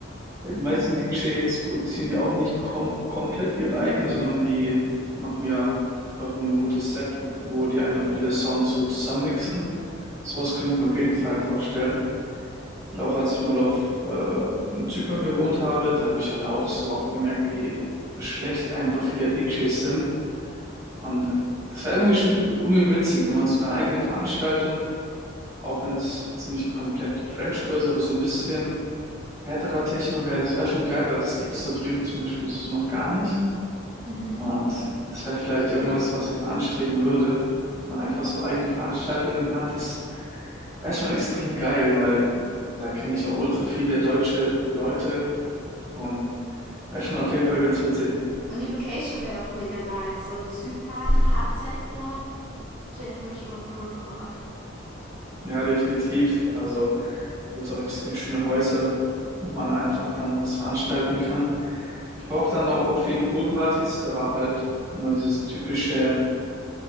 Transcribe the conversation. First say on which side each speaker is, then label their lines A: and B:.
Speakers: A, on the right; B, on the right.
A: weil die meisten DJs produzieren ja auch nicht kom komplett ihre
B: Mhm.
A: eigene, sondern die machen ja einfach nur ein gutes Set, wo die einfach viele Songs so zusammenmixen. Sowas könnte ich mir auf jeden Fall vorstellen. Weil auch als ich mal auf äh, in Zypern gewohnt habe, da habe ich halt auch so oft gemerkt, wie schlecht einfach viele DJs sind. Und das wäre irgendwie schon irgendwie witzig, wenn man so eine eigene Veranstaltung auch wenn es jetzt nicht komplett Frenchcore ist, aber so ein bisschen härterer Techno wäre, das wäre schon geil, weil das gibt es da drüben zum Beispiel so noch gar nicht.
B: Mhm.
A: Und das wäre vielleicht irgendwas, was ich mal anstreben würde, dass man einfach so eigene Veranstaltungen hat. Das wäre schon extrem geil, weil da kenne ich auch ultra viele deutsche Leute und wäre schon auf jeden Fall ganz witzig.
B: Und die Location wäre auch mega nice. So in Zypern, Hard Techno. Stelle ich mir schon cool vor.
A: Ja, definitiv. Also gibt es auch extrem schöne Häuser, wo man einfach dann was veranstalten kann. Ich war auch dann auch auf vielen Poolpartys, da war halt nur dieses typische,